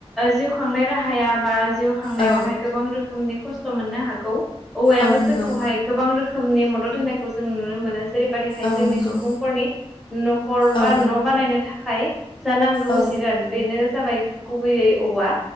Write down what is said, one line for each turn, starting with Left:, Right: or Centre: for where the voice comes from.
Centre: जिउ खांनाय राहाया बा जिउ खांनायावहाय
Left: औ
Centre: गोबां रोखोमनि खस्थ' मोननो हागौ औवायाबो
Left: औ नंगौ
Centre: जोंखौहाय गोबां रोखोमनि मदद होनायखौ जों नुनो मोनो जेरैबायदिहाय
Left: औ
Centre: जोंनि
Left: नंगौ
Centre: नि न'खर बा
Left: औ
Centre: न' बानायनो थाखाय जानांगौ
Left: औ
Centre: जिराद बेनो जाबाय गुबैयै औवा